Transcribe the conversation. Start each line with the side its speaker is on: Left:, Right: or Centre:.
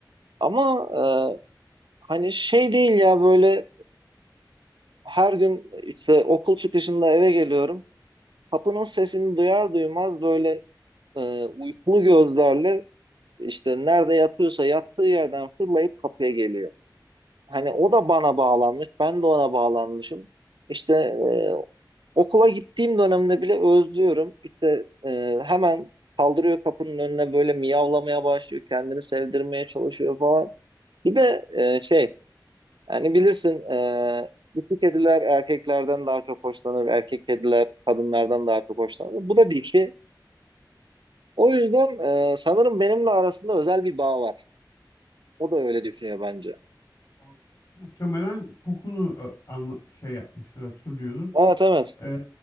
Right: Ama e, hani şey değil ya böyle her gün işte okul çıkışında eve geliyorum. Kapının sesini duyar duymaz böyle e, uykulu gözlerle işte nerede yatıyorsa yattığı yerden fırlayıp kapıya geliyor. Hani o da bana bağlanmış, ben de ona bağlanmışım. İşte e, Okula gittiğim dönemde bile özlüyorum. İşte e, hemen kaldırıyor kapının önüne böyle miyavlamaya başlıyor. Kendini sevdirmeye çalışıyor falan. Bir de e, şey Yani bilirsin e, dişi kediler erkeklerden daha çok hoşlanır. Erkek kediler kadınlardan daha çok hoşlanır. Bu da dişi. O yüzden e, sanırım benimle arasında özel bir bağ var. O da öyle düşünüyor bence.
Left: O- Muhtemelen kokunu ö, anla- şey yapmıştır hatırlıyordur.
Right: Evet evet.
Left: Ee,